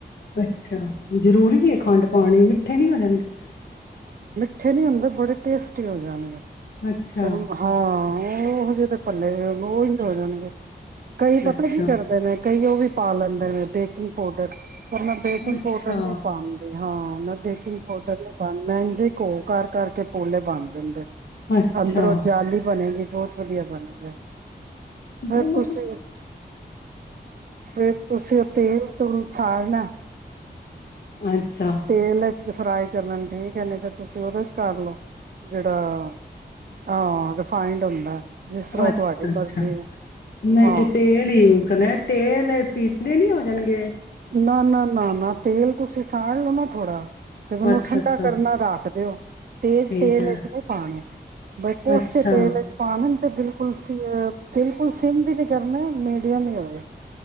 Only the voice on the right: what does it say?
ਇਕਠੇ ਨੀ ਹੁੰਦਾ ਬੜੇ ਟੇਸਟੀ ਹੋ ਜਾਣਗੇ
ਪਰ ਹਾਂ ਹਾਂ ਹੋ ਜੇ ਪੱਲੇ ਉਹ ਹੋ ਜਾਣਗੇ ਕਈ ਪਤਾ
ਕੀ ਨੇ ਕਈ ਉਹ ਵੀ ਪਾ ਲੈਂਦੇ ਨੇ ਬੇਕਿੰਗ ਪਾਊਡਰ ਪਰ ਮੈਂ ਬੇਕਿੰਗ
ਪਾਊਡਰ ਨਹੀਂੀ ਪਾਂਦੀ ਹਾਂ ਮੈਂ ਬੇਕਿੰਗ ਪਾਊਡਰ ਨਹੀਂੀ ਪਾਂ ਮੈਂ ਇੇ ਘੋ ਕਰ ਕਰਕੇ ਪੋਲੇ ਬੰਦ ਅੰ
ਅੰਦਰੋਂ ਜਾਲ ਹੀ ਬਣੇਗੀ ਬਹੁਤ ਵਧੀਆ ਬਣਗਾ ਫਿਰ
ਤੁਸੀਂ
ਫੇਰ ਤੁਸੀਂ ਉਹ ਤੇਲ ਤੋਂ ਸਾੜਨਾ ਹਾਂ
ਤੇਲ ਫਰਾਈ ਕਰਨ ਠੀਕ ਹੈ ਨਹੀਂ ਤੇ ਤੁਸੀਂ ਉਹਦੇ ਚ ਕਰਲਓ ਜਿਹੜਾ ਹਾਂ ਰਿਫਾਇੰਡ ਹੁੰਦਾ ਜਿਸ ਤਰ੍ਹਾਂ
ਉਹ ਤੁਹਾਡੀ
ਮਰਜ਼ੀ ਹੈ
ਹਾਂ
ਨਾ ਨਾ ਨਾ ਨਾ ਤੇਲ ਤੁਸੀਂ ਸਾੜ ਲਓ ਨਾ ਥੋੜ੍ਹਾ ਤੇ ਉਹਨੂੰ
ਠੰਡਾ
ਕਰਨਾ ਰੱਖ ਦਿਓ ਤੇਜ਼
ਤੇਲ
ਚ ਨਹੀਂੀ ਪਾਉਣੇ ਬਈ ਕੋੋਸੇ
ਤੇਲ ਚ ਪਾਉਣ ਤੇ ਬਿਲਕੁਲ ਸੀਹ ਬਿਲਕੁਲ ਸ ਨ ਕਰਨਾ ਮੀਡੀਅਮ ਹੀ ਹੋਵੇ